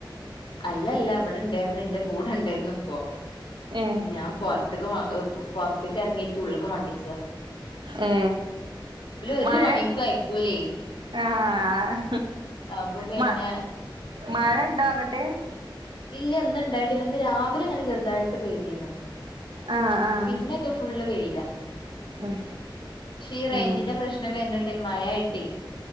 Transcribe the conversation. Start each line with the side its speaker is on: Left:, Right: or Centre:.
Left: അല്ലല്ല ഇവിടെണ്ടാർന്നു എന്റെ കൂടെ ണ്ടായിരുന്നു ഇപ്പോൊ
Right: ഏഹ്
Left: ഞാൻ പൊറത്ക്ക് മ പൊറത്ക്ക് ഇറങ്ങിട്ട് ഉള്ളക്ക് മണ്ടിച്ച്താ
Right: ഏ
Left: ഒരു
Right: മഴൻ
Left: പണിക്കും അയക്കൂലേ
Right: ആഹ്
Left: അപ്പൊ പിന്നെ
Right: മ മഴണ്ടോ അങ്ങോട്ട്
Left: ഇല്ല ഇന്ന്ണ്ടായിട്ടില്ല ഇന്ന് രാവിലെങ്ങനെ ചെറുതായിട്ട് പയ്തീന്നു
Right: ആഹ് ആഹ്
Left: പിന്നൊക്കെ ഫുള്ള് വേയില
Right: ഉം
Left: ഈ റേഞ്ചിന്റെ
Right: ഉം
Left: പ്രശ്നം വരുന്നുണ്ട് മയ ആയിട്ടേ